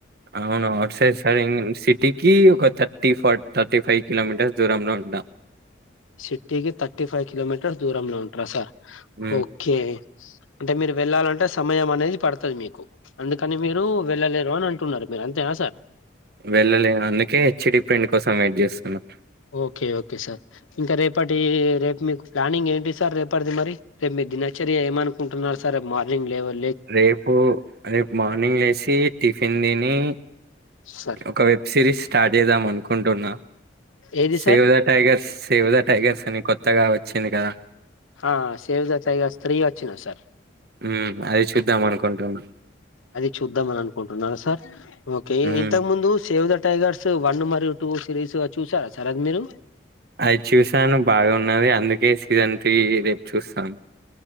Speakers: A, on the right; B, on the left.
A: అవును అట్ సైడ్ సార్ సిటీకి ఒక thirty four thirty five kilometres దూరంలో ఉంటా
B: సిటీకి థర్టీ ఫైవ్ కిలోమీటర్స్ దూరంలో ఉంటరా సార్
A: హ్మ్
B: ఓకే అంటే మీరు వెళ్లాలంటే సమయం అనేది పడతది మీకు అందుకని మీరు వెళ్ళలేరు అని అంటున్నారు మీర అంతేనా సార్
A: వెళ్ళలేం అందుకే హెచ్డి ప్రింట్ కోసం వెయిట్ చేస్తున్నా
B: ఓకే ఓకే సార్ ఇంకా రేపటి రేపు మీకు ప్లానింగ్ ఏంటి సార్ రేపటిది మరి రేపు మీ దినచర్య ఏమనుకుంటున్నారు సర్ రేపు మార్నింగ్ లేవగానే
A: రేపు రేపు మార్నింగ్ లేసి టిఫిన్ తిని
B: సార్
A: ఒక వెబ్ సిరీస్ స్టార్ట్ చేద్దాం అనుకుంటున్నా
B: ఏది
A: Save
B: sir
A: the Tigers Save the Tigers అని కొత్తగా వచ్చింది కదా
B: ఆ సేవ్ ద టైగర్స్ త్రీ వచ్చినయి సార్
A: హ్ అది చూద్దాం అనుకుంటున్నా
B: అది చూద్దామని అనుకుంటున్నార సార్ ఓకే
A: మ్మ్,
B: ఇంతకు ముందు సేవ్ ద టైగర్స్ వన్ మరియు టూ సిరీస్ చూసారా సార్ అది మీరు
A: అది చూసాను బాగున్నది అందుకే సీజన్ త్రీ రేపు చూస్తాను